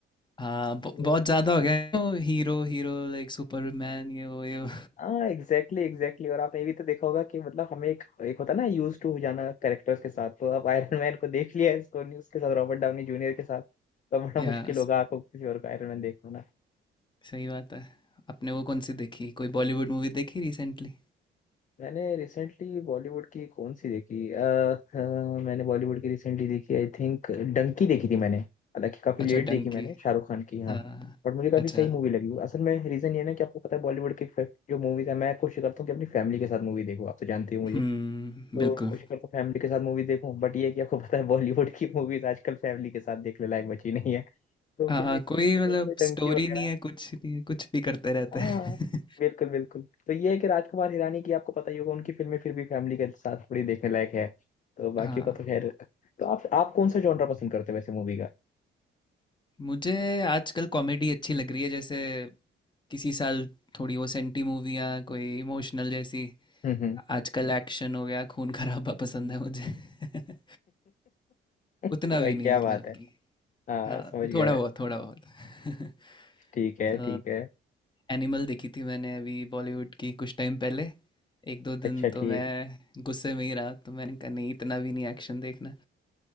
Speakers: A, on the left (about 25°); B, on the left (about 40°).
A: हाँ ब-
B: तो
A: बहुत ज़्यादा हो गया है वो हीरो हीरो लाइक सुपरमैन ये वो ये वो
B: हाँ एग्जैक्टली एग्जैक्टली और आपने ये भी तो देखा होगा कि मतलब हमें एक एक होता है ना यूज टू हो जाना कैरेक्टर्स के साथ तो अब आयरन मैन को देख लिया है सोनी उसके साथ रॉबर्ट डाउनी जूनियर के साथ
A: <laughs>
B: तो बड़ा
A: या
B: मुश्किल होगा आपको किसी और का आयरन मैन देख पाना
A: सही बात है आपने वो कौन सी देखी कोई बॉलीवुड मूवी देखी रिसेंटली
B: मैंने रिसेंटली बॉलीवुड की कौन सी देखी अ, अ, मैंने बॉलीवुड की रिसेंटली देखी आई थिंक डंकी देखी थी मैंने हालांकि काफी लेट
A: अच्छा
B: देखी
A: डंकी
B: मैंने शाहरुख खान की हाँ
A: हाँ
B: बट मुझे काफी
A: अच्छा
B: सही मूवी लगी असल में रीजन ये है ना कि आपको पता है बॉलीवुड की जो मूवीज है मैं कोशिश करता हूँ कि अपनी फैमिली के साथ मूवी देखूँ आप तो जानते हो मुझे
A: हम्म
B: तो
A: बिल्कुल
B: कोशिश करता हूँ फैमिली के साथ मूवी देखूं बट ये है कि आपको पता है बॉलीवुड की मूवीज आजकल फैमिली के साथ देखने लायक बची नहीं है तो
A: हाँ
B: कुछ एक
A: कोई
B: तो
A: मतलब
B: उसमें
A: स्टोरी
B: डंकी वगैरह
A: नहीं है कुछ नहीं है कुछ भी करते रहते
B: हाँ
A: हैं
B: बिल्कुल बिल्कुल तो ये है कि राजकुमार हिरानी की आपको पता ही होगा उनकी फिल्में फिर भी फैमिली के साथ थोड़ी देखने लायक है तो बाकियों
A: <laughs> हाँ
B: का तो खैर तो आप आप कौन सा जॉनरा पसंद करते हो वैसे मूवी का
A: मुझे आजकल कॉमेडी अच्छी लग रही है जैसे किसी साल थोड़ी वो सेंटी मूवियाँ कोई इमोशनल जैसी
B: हम्म हम्म।
A: आजकल एक्शन हो गया खून खराबा पसंद है मुझे <laughs>
B: <laughs>
A: उतना
B: भाई
A: भी
B: क्या
A: नहीं मतलब
B: बात है
A: कि
B: हाँ
A: हाँ
B: समझ गया
A: थोड़ा
B: मैं।
A: बहुत थोड़ा बहुत <laughs>
B: ठीक है
A: तो
B: ठीक है
A: एनिमल देखी थी मैंने अभी बॉलीवुड की कुछ टाइम पहले एक दो दिन
B: अच्छा
A: तो
B: ठीक
A: मैं गुस्से में ही रहा तो मैंने कहा नहीं इतना भी नहीं एक्शन देखना